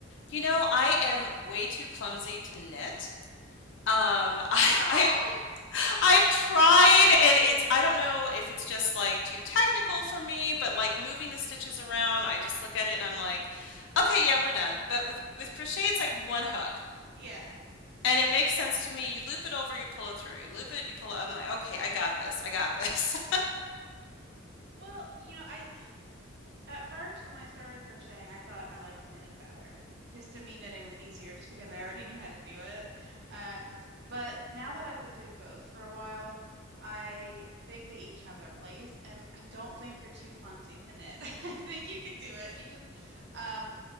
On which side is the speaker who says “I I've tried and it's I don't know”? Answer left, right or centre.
Left